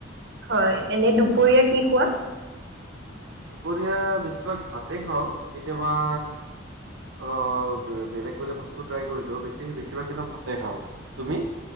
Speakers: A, on the right; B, on the right.
A: হয়, এনে দুপৰীয়া কি খোৱা?
B: দুপৰীয়া বেছিভাগ ভাতে খাওঁ কেতিয়াবা অ' বেলেগ বেলেগ বস্তু ট্ৰাই কৰি দিওঁ। বেছি বেছিভাগ কিন্তু ভাতে খাওঁ। তুমি?